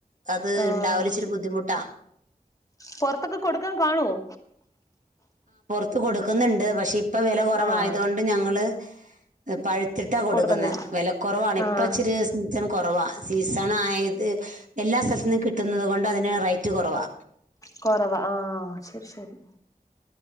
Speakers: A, on the right; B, on the left.
A: അത്
B: ആഹ്
A: ഇണ്ടാവലിച്ചിരി ബുദ്ധിമുട്ടാ
B: പൊറത്തൊക്കെ കൊടുക്കാൻ കാണുവോ?
A: ത് കൊടുക്കുന്നുണ്ട് പക്ഷേ ഇപ്പൊ വെല കുറവായതുകൊണ്ട്
B: ആഹ്
A: ഞങ്ങള് പഴു തിട്ടാ കൊടുക്കുന്നേ
B: കൊടുക്കുന്നില്ല
A: വെല കൊറവാണ് ഇപ്പ
B: ആഹ്
A: ഇച്ചിരി സീസൺ കൊറവാണ് സീസണ ആയത് എല്ലാ സ്ഥലത്തന്നും എ ത്തുന്നത് കൊണ്ട് അതിന് റൈറ്റ് കുറവാ
B: കൊറവാ ആഹ് ശരി ശരി